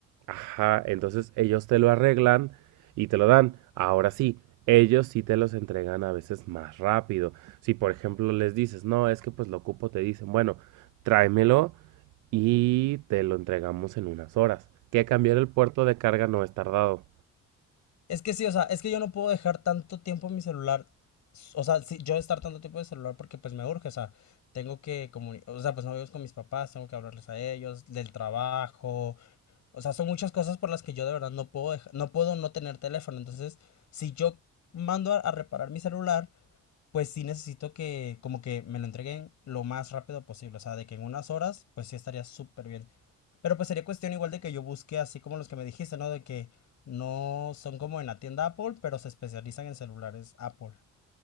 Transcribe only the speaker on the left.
Es que sí, o sea, es que yo no puedo dejar tanto tiempo en mi celular. s- O sea, sí, yo estar tanto tiempo en el celular porque pues me urge, o sea, tengo que comunicar, o sea, pues no vivo con mis papás, tengo que hablarles a ellos, del trabajo, o sea, son muchas cosas por las que yo de verdad no puedo deja- no puedo no tener teléfono. Entonces, si yo mando a, a reparar mi celular, Pues sí necesito que como que me lo entreguen lo más rápido posible, o sea, de que en unas horas, pues sí estaría súper bien. Pero pues sería cuestión igual de que yo busque así como los que me dijiste, ¿no? De que no son como en la tienda Apple, pero se especializan en celulares Apple.